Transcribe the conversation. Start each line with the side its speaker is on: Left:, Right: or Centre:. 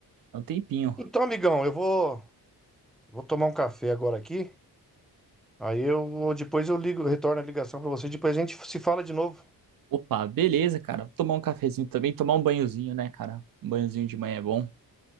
Right: é um tempinho.
Centre: Então, amigão, eu vou, vou tomar um café agora aqui. Aí eu vou- depois eu ligo, retorno a ligação pra você, depois a gente se fala de novo.
Right: Opa, beleza, cara. Vou tomar um cafezinho também, tomar um banhozinho, né, cara? Um banhozinho de manhã é bom.